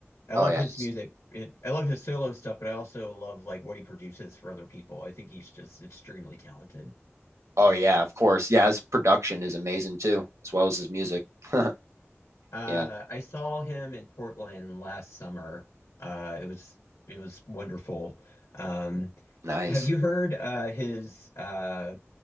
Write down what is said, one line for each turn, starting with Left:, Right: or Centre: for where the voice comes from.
Left: I love
Right: Oh yeah.
Left: his
Right: he's-
Left: music. It, I love his solo stuff, but I also love like what he produces for other people. I think he's just extremely talented.
Right: oh yeah. Of course. Yeah, his production is amazing too, as well as his music. <laughs>
Left: Uh,
Right: Yeah,
Left: I saw him in Portland last summer. Uh, it was it was wonderful. Um,
Right: nice.
Left: have you heard uh, his uh,